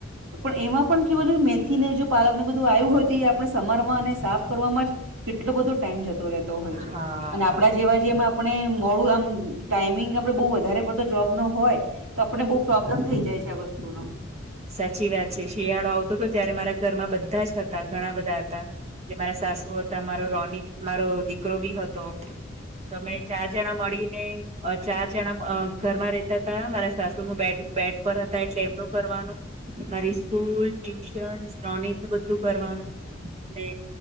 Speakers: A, on the right; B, on the right.
A: પણ એમાં પણ કેવાધ મેથી ને જો પાલક ને બધું આવ્યું હોય તો એ આપણે સમારવા અને સાફ કરવાવામાં જ કેટલો બધો ટાઈમ જતો રહેતો હોય છે
B: હા
A: અને આપડા
B: હા
A: જેવા જેમ આપણે મોડું આમ ટાઈમિંગ આપડે બઉુ વધારે પડતો જોબ નો હોય તો આપને બહુ પ્રોબ્લેમ થઈ જાય છે આ વસ્તુ નો
B: સાચી વાત છે શિયાળો આવતો હતો ત્યારે મારા ઘરમાં બધા જ હતા ઘણા બધા હતા જે મારા સાસુ હતા મારો રોનીક મારો દીકરો બી હતો તમે ચાર જણા મળીને ચાર જણા ઘરમાં રેતા ત મારા સાસુ નું બે ઉપર હતા એટલે એમનું કરવાનું મારી સ્કૂલ ટ્યુશન શ્રોનીત નું બધું કરવાનું ને